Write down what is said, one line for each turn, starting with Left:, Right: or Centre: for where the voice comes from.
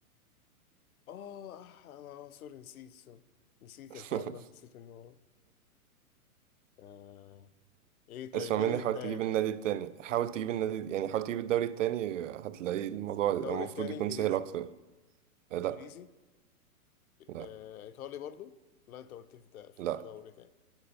Left: اه أح- انا آه، سوري نسيت سوري نسيت
Right: <laughs>
Left: الحوار ده نسيت انه ورا. آه. ايه طيب
Right: اسمع
Left: اديني
Right: مني حاول
Left: هنتايا
Right: تجيب
Left: طيب
Right: النادي التاني حاول تجيب النادي يعني حاول تجيب الدوري التاني هتلاقي الموضوع المفروض
Left: الدوري التاني
Right: يكون
Left: انجليزي
Right: سهل أكتر آه،
Left: انجليزي
Right: لا لا
Left: آه. ايطالي برضو لا انت قلت في ده في
Right: لا
Left: في دوري تاني